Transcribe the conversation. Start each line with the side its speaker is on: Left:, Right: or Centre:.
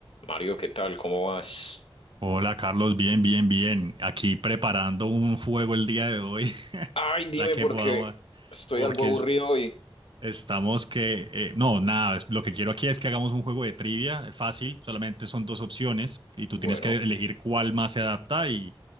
Left: Mario, ¿qué tal? ¿Cómo vas?
Right: Hola Carlos, bien, bien, bien. Aquí preparando un juego el día de hoy <laughs>
Left: Ay, dime
Right: para que
Left: porque
Right: podamos,
Left: estoy
Right: porque
Left: algo aburrido
Right: es-
Left: hoy.
Right: estamos que, eh, no, nada, es- lo que quiero aquí es que hagamos un juego de trivia eh, fácil, solamente son dos opciones y tú
Left: Bueno,
Right: tienes que elegir cuál más se adapta y,